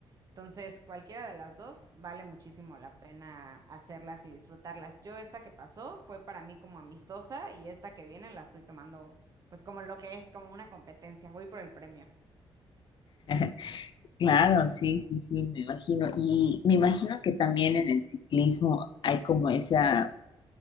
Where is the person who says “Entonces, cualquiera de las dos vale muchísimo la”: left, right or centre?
Right